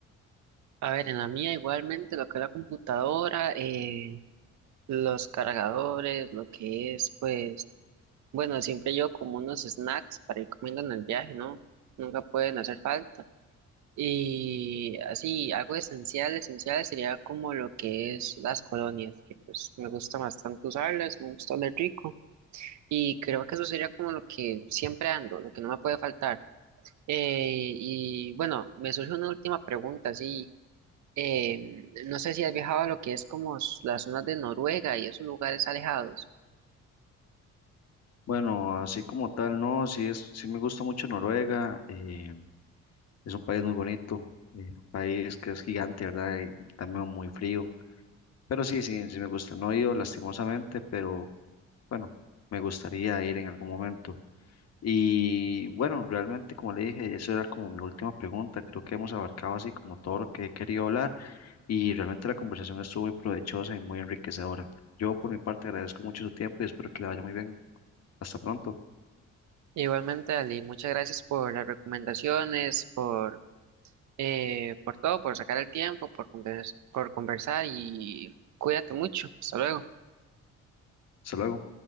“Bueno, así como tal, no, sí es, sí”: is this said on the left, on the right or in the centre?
Left